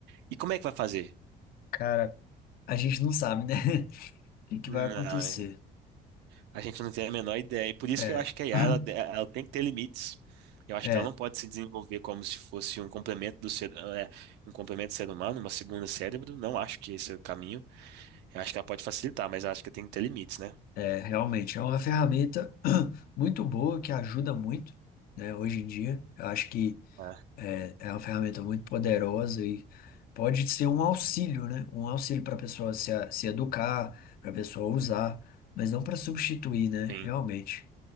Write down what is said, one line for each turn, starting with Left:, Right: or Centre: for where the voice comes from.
Right: E como é que vai fazer?
Left: Cara, a gente não sabe, né? <laughs> O que que
Right: Não,
Left: vai acontecer.
Right: é, A gente não tem a menor ideia. E por isso
Left: É.
Right: que eu acho que a IA,
Left: <clears throat>
Right: ela, ela tem que ter limites. Eu acho
Left: É,
Right: que ela não pode se desenvolver como se fosse um complemento do ser, é, um complemento do ser humano, uma segunda cérebro. Não acho que esse é o caminho. Eu acho que ela pode facilitar, mas eu acho que tem que ter limites, né?
Left: é, realmente. É uma ferramenta <clears throat> muito boa que ajuda muito, né? Hoje em dia. Eu acho que
Right: Ah,
Left: é, é uma ferramenta muito poderosa e pode ser um auxílio, né? Um auxílio para a pessoa se, a- se educar, para a pessoa usar, mas não para substituir, né?
Right: sim.
Left: Realmente.